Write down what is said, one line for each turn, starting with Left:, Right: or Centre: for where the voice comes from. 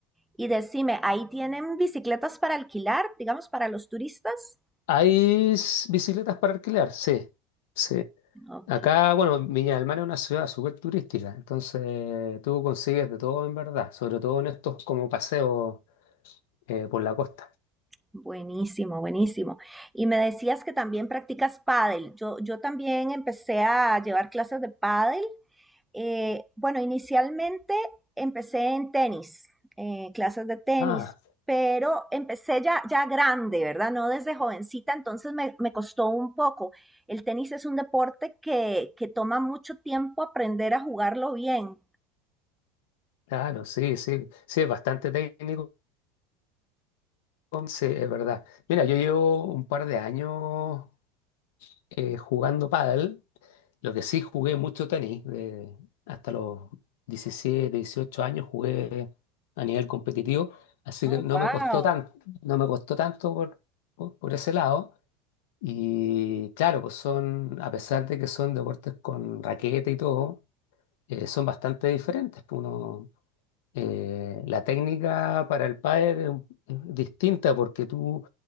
Centre: y decime, ¿ahí tienen bicicletas para alquilar, digamos, para los turistas?
Left: ¿Hay s- bicicletas para alquilar? Sí, sí.
Centre: Ok.
Left: Acá, bueno, Viña del Mar es una ciudad súper turística, entonces tú consigues de todo en verdad, sobre todo en estos como paseos eh, por la costa.
Centre: Buenísimo, buenísimo. Y me decías que también practicas pádel. Yo, yo también empecé a llevar clases de pádel. Eh, bueno, inicialmente empecé en tenis, eh, clases de tenis,
Left: Ah,
Centre: pero empecé ya, ya grande, ¿verdad? No desde jovencita, entonces me, me costó un poco. El tenis es un deporte que, que toma mucho tiempo aprender a jugarlo bien.
Left: claro, sí, sí, sí, es bastante técnico, sí, es verdad. Mira, yo llevo un par de años eh, jugando pádel Lo que sí jugué mucho tenis, de- hasta los 17, 18 años jugué a nivel competitivo, así
Centre: Oh,
Left: que no
Centre: wow.
Left: me costó tanto, no me costó tanto por, por, por ese lado. Y claro, pues son, a pesar de que son deportes con raqueta y todo, eh, son bastante diferentes. pues Uno, eh, la técnica para el pádel es, un- es distinta porque tú